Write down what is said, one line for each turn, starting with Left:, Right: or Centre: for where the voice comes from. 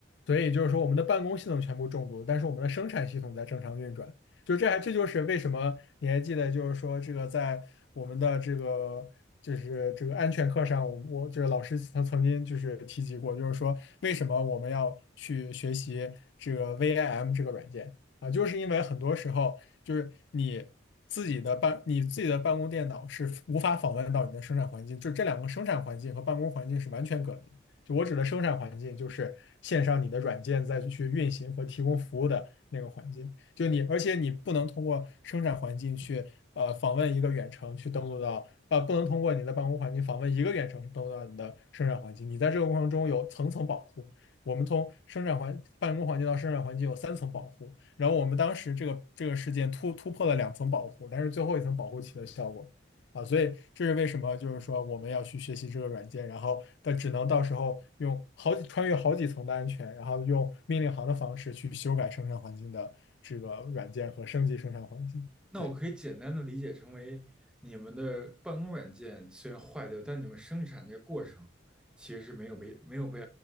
Left: 所以就是说我们的办公系统全部中毒了但是我们的生产系统在正常运转，就这还这就是为什么你还记得就是说这个在我们的这个。就是这个安全课上，我我这个老师曾曾经就是提及过，就是说为什么我们要去学习这个 VIM 这个软件。啊，就是因为很多时候就是你自己的办你自己的办公电脑是无法访问到你的生产环境，就这两个生产环境和办公环境是完全隔离的就我指的生产环境，就是线上你的软件再去运行和提供服务的那个环境。就你，而且你不能通过生产环境去呃访问一个远程去登录到，呃，不能通过你的办公环境访问一个远程去登录到你的生产环境。你在这个过程中有层层保护。我们从生产环办公环境到生产环境有三层保护。然后我们当时这个这个事件突突破了两层保护，但是最后一层保护起了效果啊，所以这是为什么就是说我们要去学习这个软件，然后但只能到时候用好几穿越好几层的安全，然后用命令行的方式去修改生产环境的这个软件和升级生产环境。
Centre: 那我可以简单的理解成为你们的办公软件虽然坏掉，
Left: 对
Centre: 但你们生产这过程其实是没有被没有被，